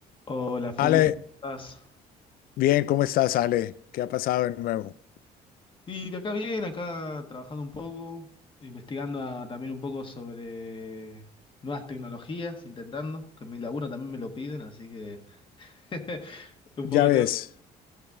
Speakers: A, on the left (about 30°); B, on the left (about 60°).
A: Hola Felipe,
B: Ale,
A: ¿cómo estás?
B: bien, ¿cómo estás, Ale? ¿Qué ha pasado de nuevo?
A: Y de acá bien, acá trabajando un poco, investigando ah, también un poco sobre nuevas tecnologías, intentando, que en mi laburo también me lo piden, así que <laughs> un
B: Ya
A: poco
B: ves.
A: tengo.